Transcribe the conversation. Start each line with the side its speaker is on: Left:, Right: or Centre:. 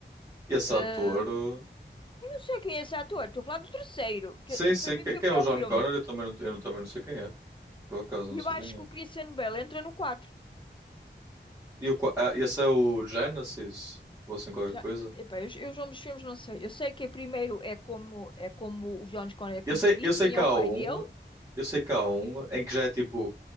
Right: E esse
Left: Eh,
Right: ator, uh,
Left: Eu não sei quem é esse ator, estou a falar do terceiro,
Right: sim,
Left: que eu-
Right: sim.
Left: para mim
Right: que-
Left: foi
Right: Quem
Left: o
Right: é
Left: pior
Right: o John
Left: filme.
Right: Connor? Eu também não, eu também não sei quem é. Por acaso, não
Left: E
Right: sei
Left: eu acho
Right: quem
Left: que
Right: é.
Left: o Christian Bale entra no quatro
Right: E o, qua- ah, esse é o Genesis? Ou assim qualquer
Left: Já,
Right: coisa?
Left: epá, eu, eu os nomes filmes não sei. Eu sei que primeiro é como é como o John Connor é concebido,
Right: Eu sei, eu sei
Left: quem
Right: que
Left: é
Right: há
Left: o pai
Right: um,
Left: dele?
Right: eu sei que há um em que já é tipo